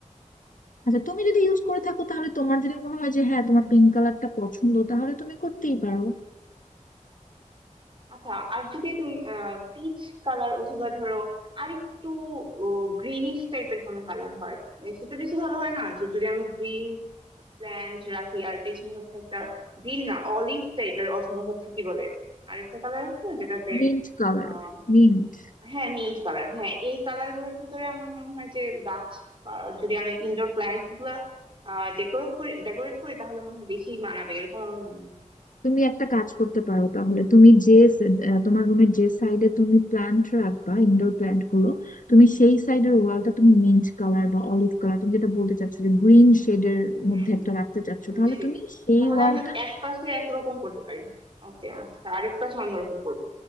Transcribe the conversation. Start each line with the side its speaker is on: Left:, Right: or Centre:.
Left: আচ্ছা তুমি যদি ইউজ করে থাকো তাহলে তোমার যদি মনে হয় যে হ্যাঁ তোমার পিঙ্ক কালারটা পছন্দ তাহলে তুমি করতেই পারো
Right: আচ্ছা আর যদি তুমি পিচ কালার অথবা ধরো আর একটু গ্রিনিশ টাইপের কোনো কালার হয় এ সেটা বেশি ভালো হয় না যে যদি আমি গ্রিন প্ল্যান্ট রাখি আর পেছনে হচ্ছে একটা গ্রিন না অলিভ টাইপের অথবা হচ্ছে কি বলে আরেকটা কালার আছে না যেটাতে
Left: Mint colour
Right: আহ
Left: মিন্ট
Right: হ্যাঁ মিন্ট কালার হ্যাঁ এই কালার গুলোর ভিতরে আমার মনে হয় যে গাছ আহ, যদি আমি ইনডোর প্ল্যান্টস গুলা ডেকোরেট করি ডেকোরেট করি তাহলে মনে হয় বেশি মানাবে এরকম আমার মনে হয়
Left: তুমি একটা কাজ করতে পারো তাহলে তুমি যে স- আহ, তোমার রুমের যে সাইডে তুমি প্ল্যান্ট রাখবা ইনডোর প্ল্যান্ট গুলো তুমি সেই সাইডের ওয়ালটা তুমি মিন্ট কালার বা অলিভ কালার তুমি যেটা বলতে চাচ্ছো যে গ্রিন শেডের
Right: হম
Left: মধ্যে একটা রাখতে চাচ্ছো
Right: বুঝছি
Left: তাহলে তুমি সেই
Right: তাহলে
Left: ওয়ালটা
Right: আমি এক পাশে একরকম করতে পারি ওকে আচ্ছা আরেক পাশে অন্যরকম করবো